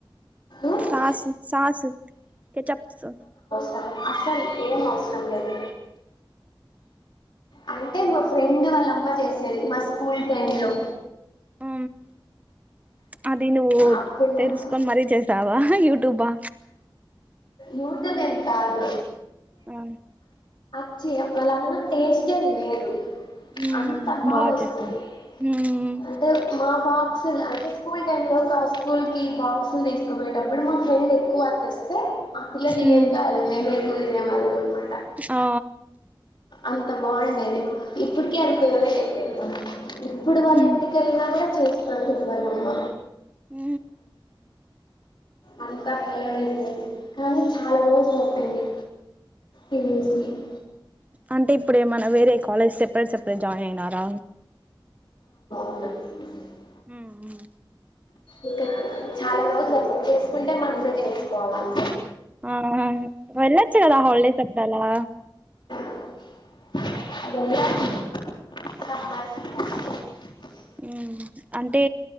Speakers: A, on the left; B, on the right.
A: ఉమ్,
B: సాస్ సాస్ కచప్స్
A: అ అసలు ఏం అవసరం లేదు అ మ ఫ్రెండ్ వాళ్ల అమ్మ చె చేసేది మా స్కూల్ టైమ్ లో
B: అ అది నువ్వు
A: అప్పటి నుంచి
B: తెలుసుకొని మరీ చేసావా యూటూబా
A: యూటలే కాదు
B: ఆ
A: చ్చి వాళ్ళమ్మ టేస్టే వేరు
B: ఉమ్
A: అంత బాగొస్తుంది
B: బా చేస్తావ్ ఉమ్
A: అంటే మా బాక్స్ లు అంటే స్కూల్ టైంలో కా స్కూల్కి బాక్స్ ను తీసుకుపోయేటప్పుడు మా ఫ్రెండ్ ఎక్కువ అ తెస్తే పిల్లల్ని
B: ఉమ్
A: చేబ్ తారుమే కూ దినే వాళ్ళ అంట అ
B: ఆ
A: అంత బాగుండేది ఇప్పటిక అది ఫె వ్రటే ఇప్పుడు వాళ్ళ
B: ఉమ్
A: ఇంటికి వెళ్ళినా కూడా చేస్తది వాళ్ళ అమ్మ
B: ఊ
A: అంత ఫేవరెట్ ప్లేస్ కానీ చాలా రోజులు అయిపోయింది <inaudible>
B: అంటే ఇప్పుడేమన్నా వేరే college separate separate join అయినారా
A: <inaudible>
B: ఊ ఊ
A: ఇంకా చాలా రోజులు <inaudible> చేసుకుంటే మనమే చేసుకోవాలి
B: <unintelligible> వెళ్ళొచ్చు కదా హాలిడేస్ అప్పుడలా
A: <inaudible>
B: మ్ అంటే